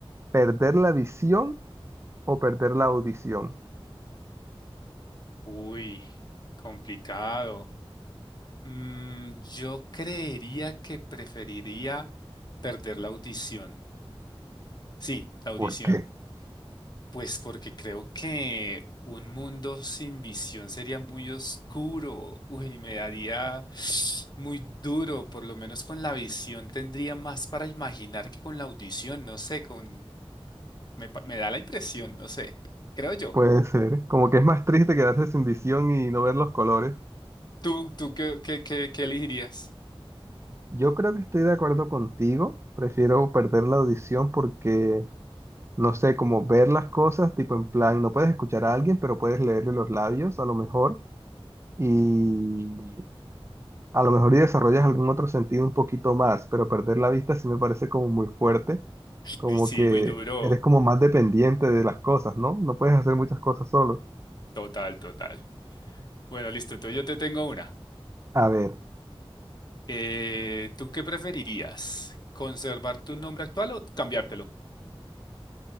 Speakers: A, on the right; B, on the left.
A: ¿Perder la visión o perder la audición?
B: Uy, complicado. Mm, yo creería que preferiría perder la audición. Sí, la audición.
A: ¿Por qué?
B: Pues porque creo que un mundo sin visión sería muy oscuro. Uy, me daría muy duro. Por lo menos con la visión tendría más para imaginar que con la audición. No sé, con me, pa- me da la impresión, no sé. Creo yo.
A: Puede ser. Como que es más triste quedarse sin visión y no ver los colores.
B: ¿Tú, tú qué, qué, qué, qué elegirías?
A: Yo creo que estoy de acuerdo contigo. Prefiero perder la audición porque, no sé, como ver las cosas, tipo en plan, no puedes escuchar a alguien, pero puedes leerle los labios a lo mejor. Y A lo mejor y desarrollas algún otro sentido un poquito más, pero perder la vista sí me parece como muy fuerte, como
B: Y Sí,
A: que
B: muy duro.
A: eres como más dependiente de las cosas, ¿no? No puedes hacer muchas cosas solo.
B: Total, total. Bueno, listo. Entonces yo te tengo una.
A: A ver.
B: Eh, ¿tú qué preferirías? ¿Conservar tu nombre actual o cambiártelo?